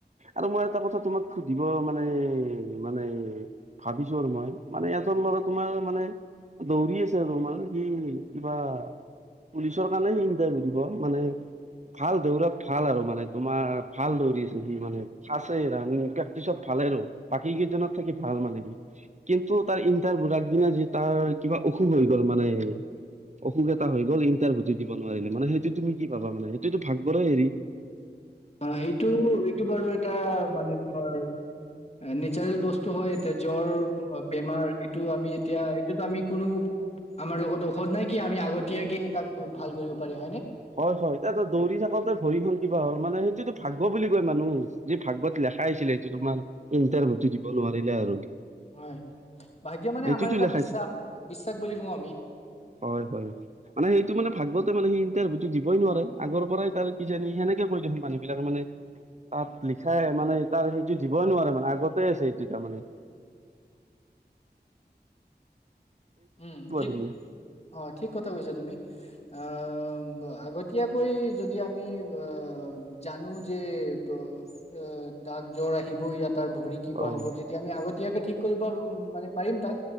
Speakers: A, on the right; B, on the left.
A: আৰু মই এটা কথা তোমাক সুধিব মানে মানে ভাবিছো আৰু মই মানে এজন ল'ৰা তোমাৰ মানে দৌৰি আছে আৰু তোমানে কি কিবা পুলিচৰ কাৰণে ইণ্টাৰভিউ দিব মানে। ভাল দৌৰাত ভাল আৰু মানে তোমাৰ ভাল দৌৰিছে সি মানে খাছে ৰানিং প্ৰেক্টিচত ভাল। বাকি কিজনত থাকি ভাল মানে সি কিন্তু। তাৰ ইণ্টাৰভিউ আগদিনা যে তাৰ কিবা অসুখ হৈ গ'ল মানে অসুখ এটা হৈ। ইণ্টাৰভিউ টো দিব নোৱাৰিলে মানে সেইটো তুমি কি ভাবা মানে সেইটোতো ভাগ্যৰেই হেৰি।
B: অঁ এইটো এইটো বাৰু এটা মানে ধৰ নেচাৰেল বস্তু হয় এতিয়া জ্বৰ বেমাৰ এইটো আমি এতিয়া এইটোত আমি কোনো আমাৰ লগত ঔষধ নাই কি আমি আগতীয়াকে তাক ভাল কৰিব পাৰি হয় নে
A: হয় হয় এয়া দৌৰি থাকোতে ভৰিখন কিবা হ'ল মানে সেইটোতো ভাগ্য বুলি কয় মানুহ যি ভাগ্যত লে খাইছিলে সেটো তোমাৰ ইণ্টাৰভিউটো দিব নোৱাৰিলে আৰু
B: হয় ভাগ্য মানে
A: এইটোতো
B: আমাৰ এটা
A: লেখাইছে
B: বিশ্বাস বিশ্বাস বুলি কওঁ আমি
A: হয় হয় হয় মানে সেইটো মানে ভাগ্যত ইণ্টাৰভিউ টো দিবই নোৱাৰে আগৰ পৰাই তাৰ কিজানি সেনেকে কৈ থাকে মানুহ বিলাক মানে তাত লিখাই মানে তাৰ সেইটো দিবই নোৱাৰে মানে আগতে আছে সেটো তাৰ মানে <inaudible>
B: উম ঠিক
A: তুমি
B: অঁ ঠিক কথা কৈছা তুমি। আঁহ আগতীয়াকৈ যদি আমি আঁহ এ জানো যে এইটো তাত জ্বৰ আহিব ইয়াত। তাৰ ভৰি কিবা
A: হয়
B: হ'ব
A: হয়
B: তেতিয়া আমি আগতীয়াকে ঠিক কৰিব মানে পাৰিম তাক